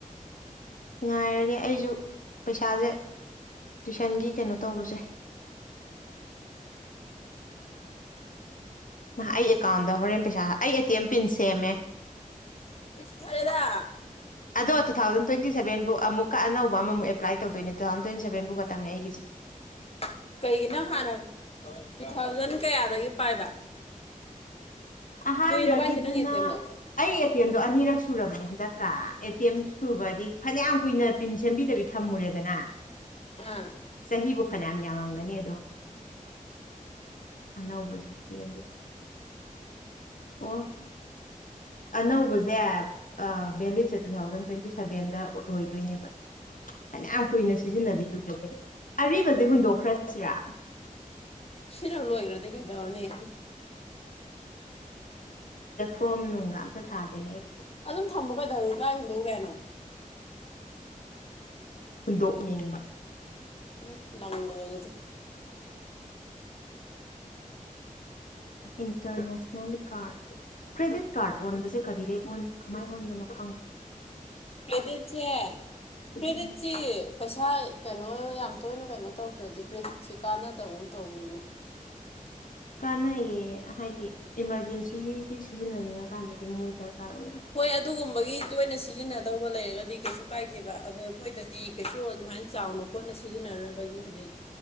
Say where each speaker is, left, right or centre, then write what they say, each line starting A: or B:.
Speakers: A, on the left; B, on the left.
A: ꯉꯥꯏꯔꯒꯦ ꯑꯩꯁꯨ ꯄꯩꯁꯥꯁꯦ ꯇꯨꯏꯁꯟꯒꯤ ꯀꯩꯅꯣ ꯇꯧꯕꯁꯦ ꯃꯥ ꯑꯩ ꯑꯦꯀꯥꯎꯟꯗ ꯍꯣꯔꯦꯟ ꯄꯩꯁꯥ ꯑꯩ ꯑꯦ ꯇꯤ ꯑꯦꯝ ꯄꯤꯟ ꯁꯦꯝꯃꯦ
B: ꯏꯁ ꯐꯔ
A: ꯑꯣꯗ ꯇꯨ ꯊꯥꯎꯟ ꯇ꯭ꯋꯇꯤ ꯁꯕꯦꯟꯕꯨꯨꯛꯀ ꯑꯅꯧꯕ ꯑꯃꯨꯛ ꯑꯦꯄ꯭ꯂꯥꯏ ꯇꯧꯣꯏ ꯇꯨ ꯊꯥꯎꯟ ꯇ꯭ꯋꯇꯤ ꯁꯚꯦꯟꯕꯨ ꯈꯛꯇꯪꯅꯦ ꯑꯩꯒꯤ
B: <inaudible> ꯀꯩꯒꯤꯅꯣ ꯍꯥꯟꯅ ꯇꯨ ꯊꯥꯎꯖꯟ ꯀꯌꯥꯗꯒꯤ ꯄꯥꯏꯕ
A: ꯑꯍꯥꯟꯕꯒꯤꯗꯨꯅ
B: ꯀꯨꯏꯔꯕ ꯍꯥꯏꯁꯦ ꯅꯪꯒꯤ ꯑꯦꯇꯦꯝꯗꯣ
A: ꯑꯩ ꯑꯦꯇꯦꯝꯗꯣ ꯑꯅꯤꯔꯛ ꯁꯨꯔꯕꯅꯦ ꯀ ꯑꯦꯇꯤ ꯑꯦꯝ ꯁꯨꯕꯗꯤ ꯐꯖ ꯌꯥꯝ ꯀꯨꯏꯅ ꯄꯤꯟ ꯁꯦꯝꯕꯤꯗꯕꯤ ꯊꯝꯃꯨꯔꯦꯗꯅ
B: ꯑꯥ
A: ꯆꯍꯤꯕꯨ ꯐꯅꯌꯥꯝ ꯌꯥꯝꯃꯝꯒꯅꯤ ꯑꯗꯣ ꯅꯧ ꯖꯦ ꯌꯦ ꯂꯤꯖ ꯑ ꯑꯅꯧꯕꯁꯦ ꯚꯦꯂꯤꯠꯁꯦ ꯇꯨ ꯊꯥꯎꯖꯟ ꯇ꯭ꯋꯦꯟꯇꯤ ꯁꯚꯦꯟꯗ ꯎꯠꯂꯣꯏꯗꯣꯏꯅꯦꯕ ꯐꯅꯌꯥꯝ ꯀꯨꯏꯅ ꯁꯤꯖꯤꯟꯅꯕꯤꯌꯨꯗꯒ ꯑꯔꯤꯕꯁꯦ ꯍꯨꯟꯗꯣꯛꯈ꯭ꯔꯁꯤꯔ
B: ꯁꯤꯔ ꯂꯣꯏꯈ꯭ꯔꯗꯤ ꯀꯩꯗꯧꯔꯅꯤ
A: ꯄ꯭ꯔꯣꯝ ꯅꯨꯡꯒ ꯑꯝꯇ ꯊꯥꯥꯁꯦꯅꯦ ꯑꯩ
B: ꯑꯗꯨꯝ ꯊꯝꯃꯨ ꯀꯩꯗꯧꯔ ꯀꯥꯏ ꯍꯨꯝꯗꯧ ꯀꯦꯅꯣ
A: ꯍꯨꯟꯗꯣꯛꯅꯤꯡꯕ
B: ꯎꯝ ꯂꯪꯒꯔ ꯑꯣꯏ ꯑꯗꯨꯗꯤ <inaudible>
A: ꯏꯟꯇꯔꯅꯦꯁꯅꯦꯜ ꯀꯥꯔ ꯀ꯭ꯔꯦꯗꯤꯠ ꯀꯥꯔꯠ ꯑꯣꯟꯕꯁꯦ ꯀꯔꯤꯗꯩ ꯑꯣꯟ ꯀꯃꯥꯏꯅ ꯑꯣꯟꯕꯅꯣ ꯈꯪ
B: ꯀꯦꯗ ꯆꯦ ꯀ꯭ꯔꯦꯗꯤꯠꯁꯤ
A: ꯎꯝ
B: ꯄꯩꯁꯥ ꯀꯩꯅꯣ ꯌꯥꯝ ꯇꯣꯏꯅ ꯀꯩꯅꯣ ꯇꯧꯈ꯭ꯔꯗꯤ ꯄ꯭ꯔꯖꯤꯠꯁꯦ ꯀꯥꯟꯅꯗꯒꯨꯝ ꯇꯧꯅꯤꯕ
A: ꯀꯥꯟꯅꯩꯌꯦ ꯍꯥꯏꯗꯤ ꯏꯃꯥꯔꯖꯦꯟꯁꯤꯒꯤ ꯁꯤꯖꯤꯟꯅꯅꯤꯡꯉꯀꯥꯟꯗꯗꯤ ꯃꯣꯏ ꯗꯔꯀꯥꯔ ꯑꯣꯏ
B: ꯍꯣꯏ ꯑꯗꯨꯒꯨꯝꯕꯒꯤ ꯇꯣꯏꯅ ꯁꯤꯖꯤꯟꯅꯗꯧꯕ ꯂꯩꯔꯒꯗꯤ ꯀꯩꯁꯨ ꯀꯥꯏꯗꯦꯕ ꯑꯗꯣ ꯑꯩꯈꯣꯏꯗꯗꯤ ꯀꯩꯁꯨ ꯑꯗꯨꯃꯥꯏꯅ ꯆꯥꯎꯅ ꯈꯣꯠꯅ ꯁꯤꯖꯤꯟꯅ ꯒꯤ ꯍꯧꯖꯤ